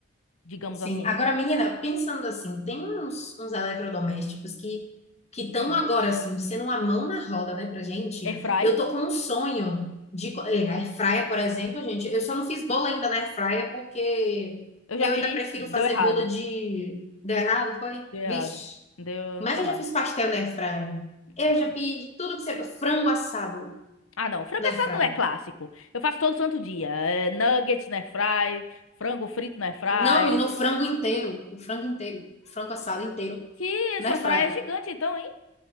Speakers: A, on the left; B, on the left.
A: digamos
B: Sim.
A: assim.
B: Agora, menina, pensando assim, tem uns, uns eletrodomésticos que que estão
A: Hum.
B: agora assim, sendo uma mão na roda, né, pra gente.
A: Airfry,
B: Eu tô com um sonho de co- eh, air fryer, por exemplo, gente. Eu só não fiz bolo ainda na air fryer porque
A: eu já
B: eu
A: fiz,
B: ainda prefiro
A: deu
B: fazer
A: errado.
B: bolo de deu errado, foi?
A: Deu errado.
B: Vixe.
A: Deu
B: Mas
A: nunca
B: eu
A: mais.
B: já fiz pastel na air fryer. Eu
A: Hum,
B: já fiz tudo que você frango assado
A: Ah, não. Frango
B: na
A: assado
B: air fryer.
A: é clássico. Eu faço todo santo dia. É, nuggets na airfry, frango frito na airfry.
B: Não, menino, o frango inteiro, o frango inteiro, o frango assado inteiro
A: Que
B: na
A: sua
B: air
A: airfry
B: fryer.
A: é gigante, então, hein?